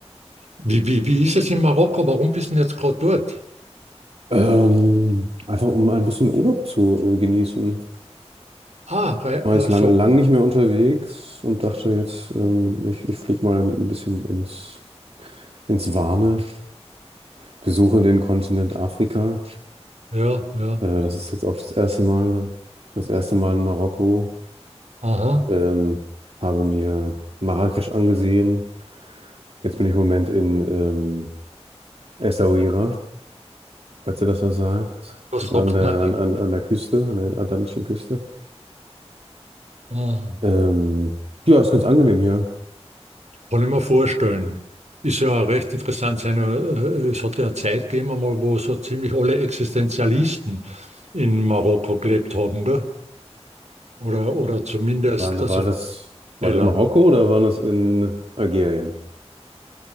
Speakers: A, on the right; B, on the right.
A: Wie, wie, wie ist es in Marokko? Warum bist du denn jetzt gerade dort?
B: ähm, einfach um ein bisschen Urlaub zu äh, genießen.
A: Ah, rei-
B: War
A: also,
B: jetzt lange, lang nicht mehr unterwegs und dachte jetzt, ähm, ich, ich flieg mal ein bisschen ins, ins Warme, besuche den Kontinent Afrika.
A: ja, ja,
B: Äh, das ist jetzt auch das erste Mal, das erste Mal in Marokko.
A: aha,
B: Ähm, habe mir Marrakesch angesehen. Jetzt bin ich im Moment in ähm, Essaouira, falls ihr das was sagt.
A: das
B: Das ist
A: sagt
B: An der,
A: man nicht.
B: an, an, an der Küste, an der atlantischen Küste.
A: Aha.
B: Ähm, ja, ist ganz angenehm hier.
A: Kann ich mir vorstellen. Ist ja recht interessant. Seine, äh, es hat ja eine Zeit gegeben, einmal, wo so ziemlich alle Existenzialisten in Marokko gelebt haben, gell? Oder, oder zumindest,
B: War,
A: also
B: war das, war
A: Fehler.
B: das Marokko oder war das in Algerien?